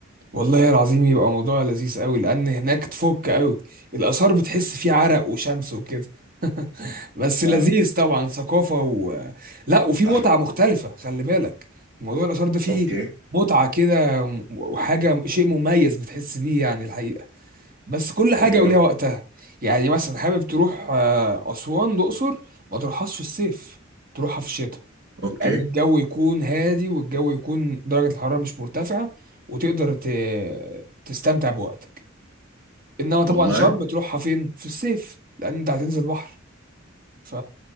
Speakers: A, on the right; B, on the right.
A: والله العظيم يبقى موضوع لذيذ قوي لان هناك تفك قوي الاثار بتحس فيه عرق وشمس وكده <laughs> بس
B: اه
A: لذيذ طبعا ثقافه و... لا وفي
B: صح
A: متعه مختلفه خلي بالك موضوع الاثار ده فيه
B: اوكي
A: متعه كده م- وحاجه شيء مميز بتحس بيه يعني الحقيقه بس كل حاجه
B: تمام
A: وليها وقتها يعني مثلا حابب تروح آه، اسوان الاقصر ما تروحهاش في الصيف تروحها في الشتاء
B: اوكي
A: لان الجو يكون هادي والجو يكون درجه الحراره مش مرتفعه وتقدر ت... تستمتع بوقتك انما طبعا
B: والله
A: شرم تروحها فين في الصيف لان انت هتنزل بحر ف